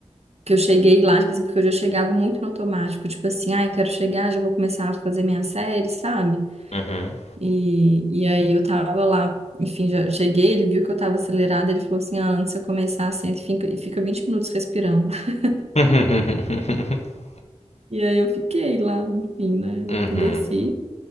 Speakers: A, on the right; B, on the left.
A: que eu cheguei lá, tipo assim, porque eu já chegava muito no automático, tipo assim, ah, eu quero chegar, já vou começar a fazer minha série, sabe?
B: Uhum.
A: E, e aí, eu tava lá, enfim, já cheguei, ele viu que eu tava acelerada, ele falou assim: ah, antes de eu começar, senta e fica, e fica 20 minutos respirando. <laughs>
B: <laughs>
A: E aí, eu fiquei lá, enfim, né, eu
B: Uhum.
A: obedeci.